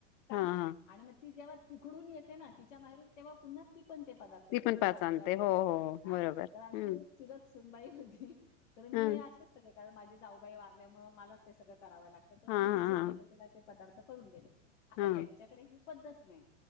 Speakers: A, on the left (about 70°); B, on the left (about 45°).
A: का
B: हा
A: हे
B: हा.
A: आणि मग ती जेव्हा. तिकडून येते ना तिच्या बाहेरून तेव्हा पुन्हा. पण ते पदार्थ
B: ती
A: घेऊन
B: पण
A: येते
B: पाच
A: आमच्या
B: आणते हो हो हो.
A: हा
B: बरोबर
A: तर आमची
B: हम्म
A: चुल. सुनबाई होती. तर मी
B: हम्म
A: असेच सग. कारण माझी जाऊबाई वारल्यामुळे मलाच ते सगळं. कराव लागत तर
B: हा
A: मी
B: हा
A: तिचे सगळे
B: हा.
A: ते लाड. पदार्थ करून देले. आता
B: हा
A: त्यांच्याकडे हे. पद्धत नाही.